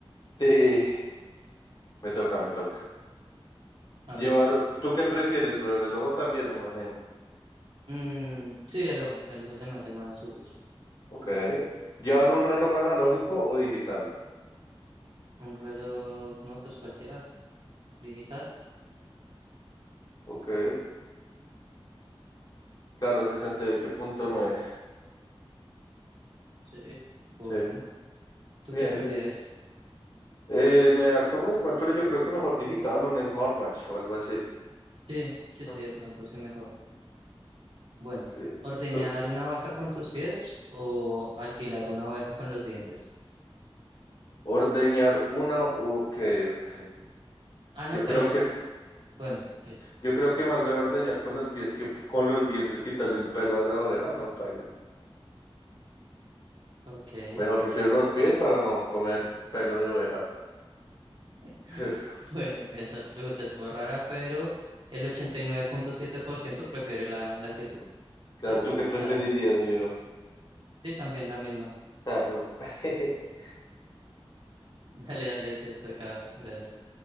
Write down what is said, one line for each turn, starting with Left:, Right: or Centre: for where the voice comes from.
Left: Sí, me toca, me toca.
Right: A
Left: Llevar,
Right: ver.
Left: ¿tú qué prefieres, bro? El reloj también, me imagino.
Right: Mm, sí, el ojo. El ojo se me hace más útil.
Left: Ok. ¿Llevar un reloj analógico o digital?
Right: Un reloj, no, pues cualquiera. Digital.
Left: Ok. Claro, sesenta y ocho punto nueve
Right: Sí. Bueno.
Left: Sí,
Right: ¿Tú
Left: bien,
Right: qué prefieres?
Left: bien. Eh, me da como igual, pero yo creo que mejor digital, un smartwatch o algo así.
Right: Sí, sí, sí,
Left: Mm,
Right: de pronto sí mejor. Bueno,
Left: Sí.
Right: ¿ordeñar
Left: P-
Right: una vaca con tus pies o alquilar una oveja con los dientes?
Left: Ordeñar una, ok, ok.
Right: Ah, no,
Left: Yo creo
Right: pero
Left: que
Right: bueno, que-
Left: Yo creo que más vale ordeñar con los pies que con los dientes quitarle el pelo a la oveja, no, paila.
Right: ok.
Left: Mejor prefiero los pies para no comer pelo de oveja.
Right: <laughs>
Left: <laughs>
Right: Bueno, esta pregunta es rara, pero el ochenta y nueve punto siete por ciento prefiere la, la que tú.
Left: Claro,
Right: Dale,
Left: ¿tú qué
Right: está
Left: preferirías,
Right: bien.
Left: mi bro?
Right: Sí, también la misma.
Left: Claro. <laughs>
Right: <laughs> Dale, dale, te toca, brother.